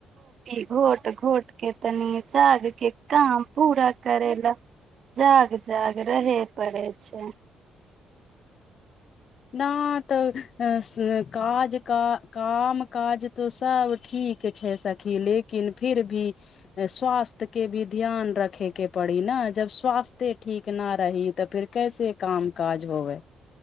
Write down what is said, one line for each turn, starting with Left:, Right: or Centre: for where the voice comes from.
Right: <unintelligible> घोट घोट के तनी जाग के काम पूरा करेला जाग जाग रहे पड़े छै
Left: न तऽ काज कऽ काम काज तऽ सब ठीक छै सखी लेकिन फिर भी स्वास्थ्य के भी ध्यान रखेके पड़ी ने जब स्वास्थे ठीक न रही तऽ फिर कैसे काम काज होबै